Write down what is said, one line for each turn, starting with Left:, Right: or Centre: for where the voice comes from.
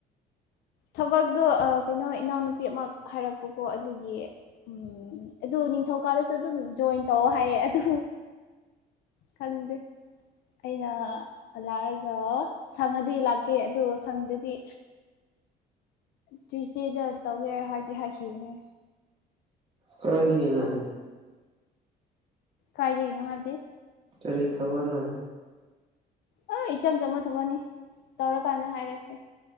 Left: ꯊꯕꯛꯇꯣ ꯀꯩꯅꯣ ꯏꯅꯥꯎꯅꯨꯄꯤ ꯑꯃ ꯍꯥꯏꯔꯛꯄꯀꯣ ꯑꯗꯨꯒꯤ ꯎꯝ ꯑꯗꯨ ꯅꯤꯡꯊꯧꯀꯥꯗꯁꯨ ꯑꯗꯨꯝ ꯖꯣꯏꯟ ꯇꯧ ꯍꯥꯏꯌꯦ ꯑꯗꯨ ꯈꯪꯗꯦ ꯑꯩꯅ ꯂꯥꯛꯑꯒ ꯁꯪꯉꯗꯤ ꯂꯥꯛꯀꯦ ꯑꯗꯣ ꯁꯪꯗꯗꯤ ꯇ꯭ꯋꯁꯗꯦꯗ ꯇꯧꯒꯦ ꯍꯥꯏꯗꯤ ꯍꯥꯏꯈꯤꯕꯅꯦ
Right: ꯀꯗꯒꯦꯅ
Left: ꯀꯥꯏ ꯂꯩꯔꯤꯅꯣ ꯍꯥꯔꯗꯤ
Right: ꯀꯔꯤ ꯊꯕꯅꯣ
Left: ꯑ ꯏꯆꯝ ꯆꯝꯝꯕꯅ ꯊꯝꯃꯅꯤ ꯇꯧꯔꯀꯥꯟꯗ ꯍꯥꯏꯔꯛꯀꯦ